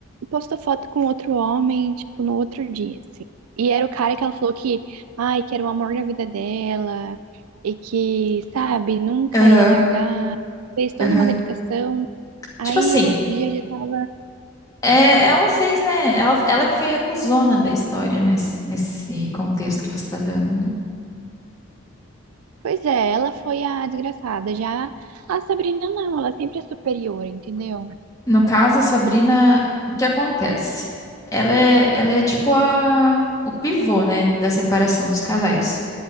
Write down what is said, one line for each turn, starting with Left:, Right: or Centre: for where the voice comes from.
Right: postou foto com outro homem, tipo, no outro dia, assim. E era o cara que ela falou que, ai, que era o amor da vida dela, e que, sabe, nunca
Left: Aham,
Right: ia largar. Fez toda
Left: aham.
Right: uma dedicação. Aí
Left: Tipo assim,
Right: no outro dia já tava.
Left: é, ela fez, né? Ela, ela que foi a cuzona da história nesse, nesse contexto que você tá dando, né?
Right: Pois é, ela foi a desgraçada. Já a Sabrina não, ela sempre é superior, entendeu?
Left: No caso, a Sabrina, o que acontece? Ela é, ela é tipo a, o pivô, né, da separação dos casais.